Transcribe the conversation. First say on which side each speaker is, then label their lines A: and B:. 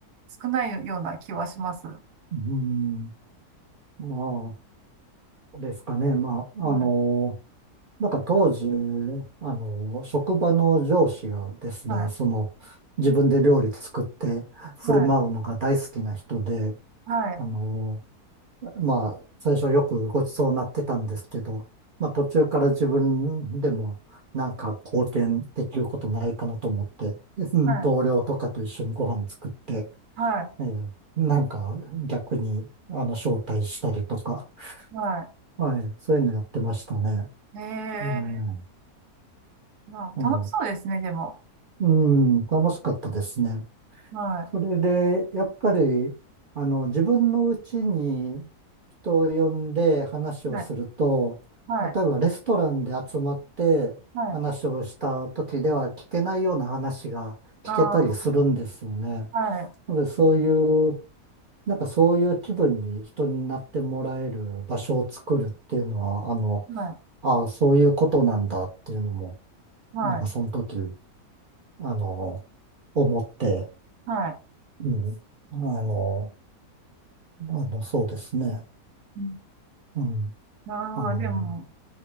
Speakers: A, on the right; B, on the right.
A: 少ないような気はします。は
B: うん、まあ、ですかね。まあ、
A: い。
B: あのなんか当時、あの、職場の上司がですね、
A: はい。
B: その、自分で料理作って振る舞うのが大好きな人で、
A: はい。はい。
B: あの、まあ、最初よくごちそうになってたんですけど、まあ途中から自分でもなんか貢献できることないかなと思って、うん同僚とかと一緒にご飯作って、
A: はい。は
B: ええなんか逆に、あの、招待したりとか、
A: い。は
B: はい、そういうのやってましたね。
A: い。
B: うん、
A: ええまあ、
B: うん
A: 楽しそうですね、でも。
B: うん、楽しかったですね。
A: は
B: それで、やっぱり、あの、自分のうちに人を呼んで話をすると、
A: い。はい。はい。
B: 例えばレストランで集まって話をした時では聞けないような話が聞けたりするんですよね。
A: はい。ああ、はい。
B: なので、そういう、なんかそういう気分に人になってもらえる場所を作るっていうのは、あの、
A: は
B: ああ、そういうことなんだっていうのも、
A: い。はい。
B: なんかその時、あの、思って、
A: はい。
B: うん。あの、あの、そうですね。
A: うん
B: うん。
A: なるほど。
B: あの、
A: でも、